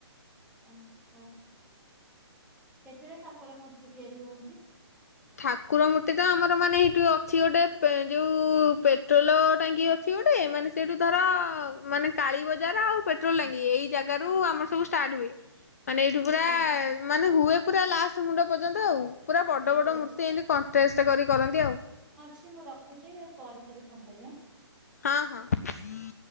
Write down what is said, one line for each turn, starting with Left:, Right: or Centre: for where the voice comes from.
Centre: ଓ ହୋ କେତେଟା ଠାକୁର ମୁର୍ତି ତିଆରି ହୁଅନ୍ତି?
Left: ଠାକୁର ମୂର୍ତ୍ତି ତ ଆମର ମାନେ ଏଇଠୁ ଅଛି ଗୋଟେ ପେ ଯୋଉ ପେଟ୍ରୋଲ ଟାଙ୍କି ଅଛି ଗୋଟେ ମାନେ ସେଇଠୁ ଧର ମାନେ କାଳୀ ବଜାର ଆଉ ପେଟ୍ରୋଲ ଟାଙ୍ଗି ଏଇ ଜାଗାରୁ ଆମର ସବୁ ଷ୍ଟାର୍ଟ ହୁଏ ମାନେ ଏଇଠୁ ପୁରା
Centre: ଠିକ୍ ଅଛି।
Left: ମାନେ ହୁଏ ପୁରା ଲାଷ୍ଟ ମୁଣ୍ଡ ପର୍ଯ୍ୟନ୍ତ ଆଉ ପୁରା ବଡ
Centre: ଠିକ
Left: ବଡ
Centre: ଅଛି
Left: ମୂର୍ତ୍ତି ଏମତି କଣ୍ଷ୍ଟେଷ୍ଟେ କରି କରନ୍ତି ଆଉ।
Centre: ଛି ମୁଁ ରଖୁଛି ପରେ ଟିକି ଫୋନ କରିବି ଆଁ।
Left: ହଁ ହଁ।